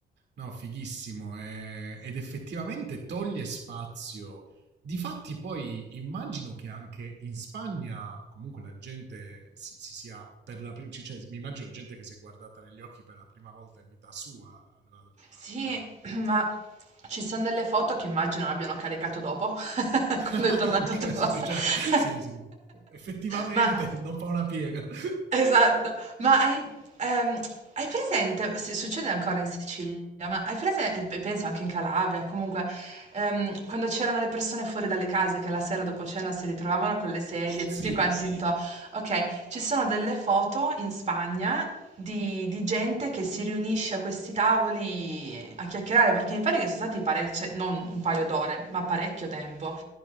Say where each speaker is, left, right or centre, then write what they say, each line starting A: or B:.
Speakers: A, on the right; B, on the right.
A: No, fighissimo, ehm, ed effettivamente toglie spazio. Difatti poi immagino che anche in Spagna comunque la gente si si sia per la pri c cioè mi immagino gente che si è guardata negli occhi per la prima volta in vita sua allora dopo quel
B: Sì,
A: blackout.
B: <clears throat> ma ci sono delle foto che immagino abbiano caricato dopo, <laughs>
A: <laughs>
B: quando è tornato
A: Okay,
B: tutto
A: sì,
B: posto.
A: sì, cioè
B: <laughs>
A: sì, sì, sì. Effettivamente
B: Ma
A: non fa una piega. <laughs>
B: Esatto, ma hai ehm, hai presente se succede ancora in Sicilia, ma hai presen e pe penso anche in Calabria, comunque, ehm, quando c'erano le persone fuori dalle case che la sera dopo cena si ritrovavano con le sedie, tutti
A: Sì,
B: quanti Sì. into Okay, ci sono delle foto in Spagna di di gente che si riunisce a questi tavoli a chiacchierare, perché mi pare che sono stati parec cioè non un paio d'ore, ma parecchio tempo.